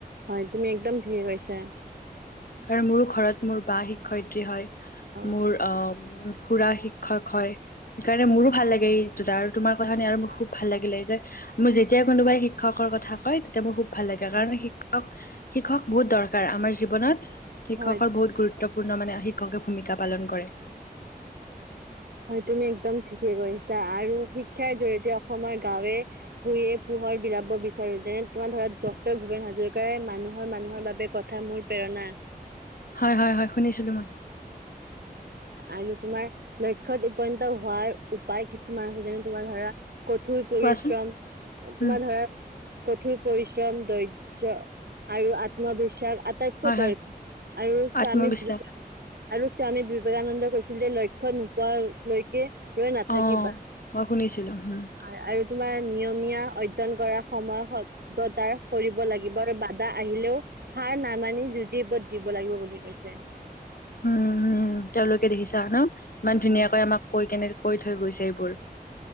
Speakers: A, on the right; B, on the left.
A: হয় তুমি একদম ঠিক কৈছা।
B: কাৰণ মোৰো ঘৰত মোৰ বা শিক্ষয়িত্ৰী হয়।
A: অ
B: মোৰ অম' খুৰা শিক্ষক হয়। সেইকাৰণে মোৰো ভাল লাগে এই দুটা আৰু তোমাৰ কথা শুনি আৰু মোৰ খুব ভাল লাগিলে এই যে মোক যেতিয়াই কোনোবাই শিক্ষকৰ কথা কয়, তেতিয়া মোৰ খুব ভাল লাগে কাৰণ শিক্ষক বহুত দৰ কাৰ আমাৰ জীৱনত। শিক্ষকৰ
A: হয়
B: বহুত গুৰুত্ব ত্বপূৰ্ণ মানে শিক্ষকে ভূমিকা পালন কৰে।
A: হয় তুমি একদম ঠিকেই কৈছা, আৰু শিক্ষাৰ জৰিয়তে অসমৰ গাঁৱে ভূঞে পোহৰ বিলাব বিচাৰো যেনে তোমাৰ ধৰ ডটৰ ভূপেন হাজৰিকাৰে মানুহৰ-মানুহৰ বাবে কথা মোৰ প্ৰেৰণা।
B: হয়-হয়-হয় শুনিছিলো মই।
A: আৰু তোমাৰ লক্ষ্যত উপনীত হোৱাৰ উপায় কিছুমান যেনে তোমাৰ ধৰা কঠোৰ পৰিশ্ৰম,
B: কোৱাচোন
A: তোমাৰ
B: উম
A: ধৰা কঠোৰ পৰিশ্ৰম, ধৈৰ্য্য আৰু আত্মবিশ্বাস আটাইতকৈ
B: হয়
A: দৰকাৰ
B: হয়
A: আৰু স্বামী
B: আত্মবিশ্বাস
A: <inaudible> আৰু স্বামী বিবেকানন্দ কৈছিল যে লক্ষ্যত নোপোৱালৈকে ৰৈ নাথাকিবা
B: অ', মই শুনিছিলো হম।
A: আ- আৰু তোমাৰ নিয়মীয়া অধ্য য়ন কৰা সময় সভ্যতাৰ কৰিব লাগিব আৰু বা আহিলেও সাৰ নামানি যুঁজিব দিব লাগিব বুলি কৈছে।
B: উম-হম। তেওঁলোকে দেখিছা ন? ইমান ধুনীয়াকৈ
A: হয়
B: আমাক কৈ কেনে কৈ থৈ গৈছে এইবোৰ।